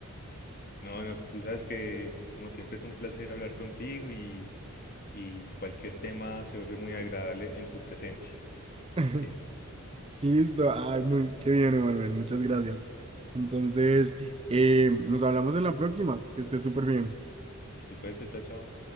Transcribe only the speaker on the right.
<laughs>
Listo, ay, muy, qué bien, Emanuel, muchas gracias. Entonces, eh, nos hablamos en la próxima, que estés súper
bien.